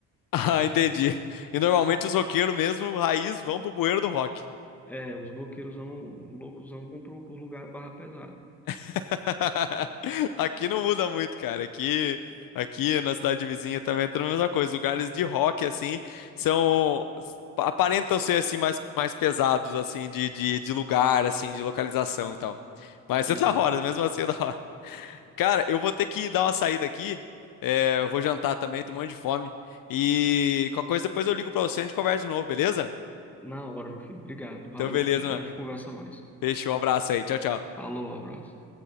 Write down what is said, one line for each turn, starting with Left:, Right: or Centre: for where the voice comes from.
Left: Ah, entendi. E normalmente os roqueiros mesmo, raiz, vão pro bueiro do rock.
Centre: É, os roqueiros roqueirosão, loucos, vão pro, pro lugar barra pesada.
Left: <laughs> Aqui não muda muito, cara. Aqui, aqui na cidade vizinha também é tudo a mesma coisa. Lugares de rock, assim, são. Aparentam ser, assim, mais, mais pesados, assim, de, de, de lugar, assim, de localização e tal. Mas
Centre: Pois
Left: é da
Centre: é.
Left: hora, mesmo assim é da hora. Cara, eu vou ter que dar uma saída aqui. É, eu vou jantar também, tô morrendo de fome. E qualquer coisa depois eu ligo pra você e a gente conversa de novo, beleza?
Centre: Na hora, meu filho. Obrigado. Valeu.
Left: Então, beleza,
Centre: Depois
Left: mano.
Centre: a gente conversa mais.
Left: Fechou, um abraço aí. Tchau, tchau.
Centre: Falou, abraço.